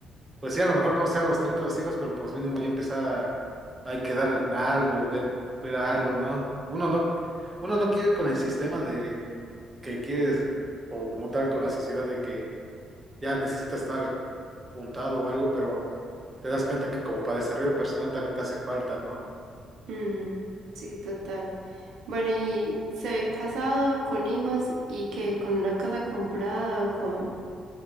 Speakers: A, on the right (about 25°); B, on the right (about 75°).
A: Pues sí, a lo mejor no sea a los 30 los hijos, pero pues mínimo ya empezar hay que dar algo, ver, ver algo, ¿no? Uno no, uno no quiere ir con el sistema de que quieres, o como tal con la sociedad de que ya necesita estar juntado o algo, pero te das cuenta que como para desarrollo personal también te hace falta, ¿no?
B: mm, sí, total. Bueno, y se ve casado con hijos y que con una casa comprada o con...